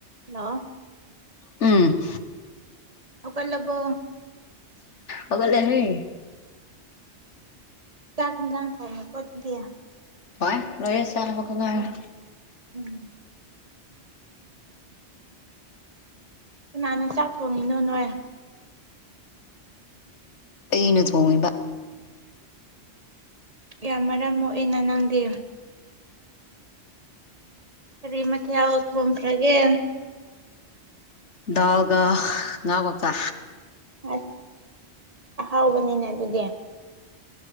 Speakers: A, on the right; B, on the left.
A: ꯂꯥꯛꯑꯣ
B: ꯎꯝ
A: ꯍꯧꯒꯠ ꯂꯕꯣ
B: ꯍꯧꯒꯠꯂꯦꯍꯦ
A: ꯆꯥꯛ ꯌꯦꯟꯁꯥꯡ‌ ꯊꯣꯡꯉꯕꯣ ꯑꯗꯨꯗꯤ
B: ꯍꯣꯏ ꯂꯣꯏꯔꯦ ꯆꯅꯕ ꯈꯛ ꯉꯥꯏꯔꯦ
A: ꯎꯝ ꯀꯅꯥꯅ ꯆꯥꯛ ꯊꯣꯡꯉꯤꯅꯣ ꯅꯣꯏ
B: ꯑꯩꯅ ꯊꯣꯡꯉꯤꯕ
A: ꯌꯥꯝ ꯃꯔꯝ ꯃꯣꯛꯏꯅ ꯅꯪꯗꯤ ꯀꯔꯤ ꯃꯊꯦꯜ ꯊꯣꯡꯈ꯭ꯔꯒꯦ
B: ꯗꯥꯜꯒ ꯉꯥꯀꯧꯇ
A: ꯑꯁ ꯑꯍꯥꯎꯕꯅꯤꯅꯦ ꯑꯗꯨꯗꯤ